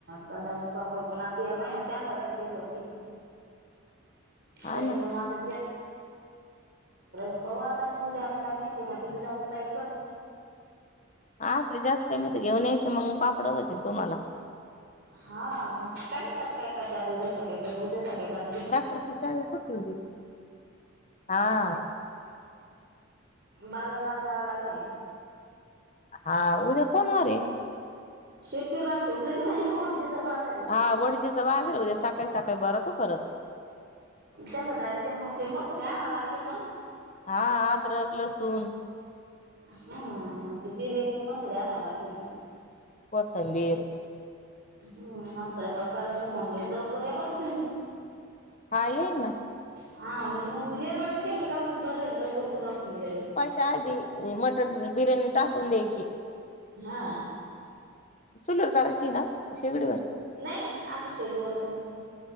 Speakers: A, on the right; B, on the left.
A: तांदळाचे पापड. पण आता या महिन्यात कांदा राहील ते भरतील.
B: हा
A: त्याच्यामूळं
B: ना
A: मग आता. <unintelligible> पाहू आता. उद्या आता काय माहिती ते म्हणतं मी जातो ताईकडे.
B: हा असले जास्त कमी तर घेऊन यायचे मंग पापडं होतील तुम्हाला.
A: हा. मग काय माहीत आता काय करते. आता उद्या सकाळी सर्व उद्या सकाळी सात
B: ट्रॅक्टरची चावी कुठे ठेवली? हा.
A: बाजारला जावं लागल?
B: हा उद्या कोण वार आहे
A: <unintelligible>
B: हा वडजेचं बाजार आहे उद्या सकाळी सकाळी भरतो खरंच.
A: त्यांला धाडीते नं मग ते मसाले आणवं लागतील ना.
B: हा आद्रक, लसून.
A: हा मग ते बिर्याणीला मसाले आणवे लागतील ना.
B: कोथंबीर.
A: मला सैपाक करायचं म्हणले, लवकर या बरं का तुम्ही.
B: हा येईन ना.
A: हा म्हणजे मग येरवाळीच केली का, मग बरं राईल लवकर करू आपण यावेळेस.
B: त्याआधी मटण बिर्याणी टाकून द्यायची.
A: हा.
B: चूलीवर करायची ना? का शेगडीवर?
A: नाही, नाही आपली शेगडीवरचं.